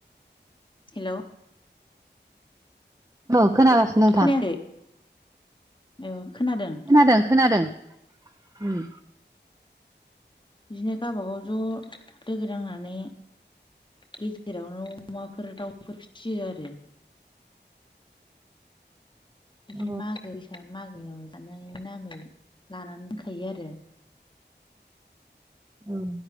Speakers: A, on the left; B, on the right.
A: हेलौ।
B: औ खोनागासिनो। नोंथां
A: खोनायाखै औ खोनादों।
B: खोनादों खोनादों। उम
A: बिदिनो गावबागाव ज' लोगो नांनानै गेजेरावनो अमाफोर दाउफोर फियो आरो। बिदि
B: औ
A: मागोसाग मागोआव जानायनि नामै लानानै दोनखायो आरो।
B: औ।